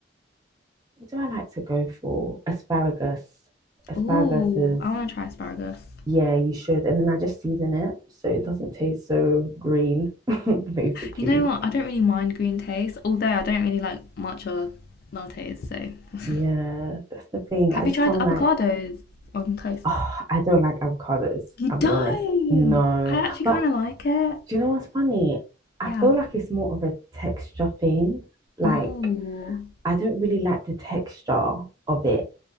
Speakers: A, on the right (about 20°); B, on the left (about 50°).
A: What do I like to go for? Asparagus. Asparagus
B: Ooh,
A: is,
B: I want to try asparagus.
A: yeah, you should. And then I just season it so it doesn't taste so green, <laughs> basically.
B: You know what? I don't really mind green taste, although I don't really like matcha lattes, so.
A: Yeah,
B: <laughs>
A: that's the thing.
B: Have
A: I just
B: you tried
A: don't
B: avocados
A: like,
B: on toast?
A: oh, I don't like avocados,
B: You don't!
A: I'll be honest. No.
B: I actually
A: But
B: kind of like it.
A: do you know what's funny? I
B: Yeah.
A: feel like it's more of a texture thing. Like,
B: Ooh.
A: I don't really like the texture of it.